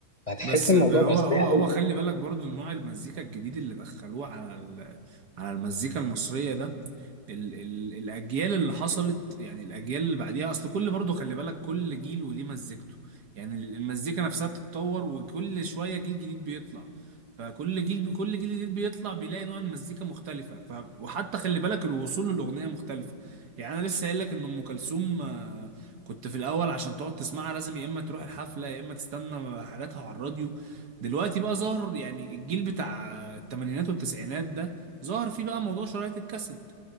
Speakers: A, on the left; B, on the right.
A: هتحس
B: بس
A: الموضوع
B: بقى
A: بقى
B: هو
A: سريع
B: هو هو
A: قوي
B: خلي بالك برضو نوع المزيكا الجديد اللي دخلوه على ال- على المزيكا المصرية ده ال ال الاجيال اللي حصلت يعني الاجيال اللي بعديها اصل كل برضه خلي بالك كل جيل وليه مزيكته يعني ال- المزيكا نفسها بتتطور وكل شويه جيل جديد بيطلع فكل جيل بكل جيل جديد بيطلع بيلاقي نوع المزيكا مختلفه ف وحتى خلي بالك الوصول للاغنيه مختلفه يعني انا لسه قايل لك ان ام كلثوم آه، كنت في الاول عشان تقعد تسمعها لازم يا اما تروح الحفله يا اما تستنى حاجاتها على الراديو دلوقتي بقى ظهر يعني الجيل بتاع الثمانينات والتسعينات ده ظهر فيه بقى موضوع شرايط الكاسيت